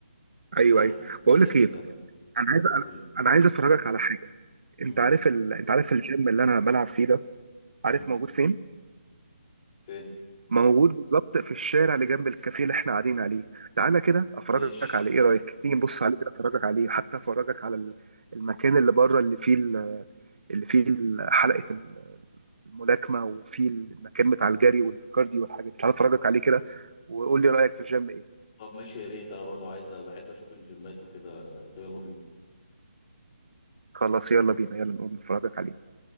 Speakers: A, on the right; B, on the left.
A: ايوه
B: يعني
A: ايوه
B: ده
A: بقول
B: الرينج
A: لك ايه
B: بتاعك
A: انا عايز
B: قول لي
A: انا عايز افرجك على حاجه
B: امم
A: انت عارف ال... انت عارف الجيم اللي انا بلعب فيه ده
B: امم
A: عارف موجود فين
B: فين
A: موجود بالظبط في الشارع اللي جنب الكافيه اللي احنا قاعدين عليه تعالى كده افرجك
B: ماشي
A: على ايه رايك تيجي نبص عليه كده افرجك عليه حتى افرجك على ال- المكان اللي بره اللي فيه ال... اللي فيه حلقه الملاكمه وفيه المكان بتاع الجري والكارديو والحاجات دي تعالى افرجك عليه كده وقول لي رايك في الجيم ايه
B: طب ماشي يا ريت انا برضو عايز بحب اشوف الجيمات وكده طيب يلا بينا
A: خلاص يلا بينا يلا نقوم نفرجك عليه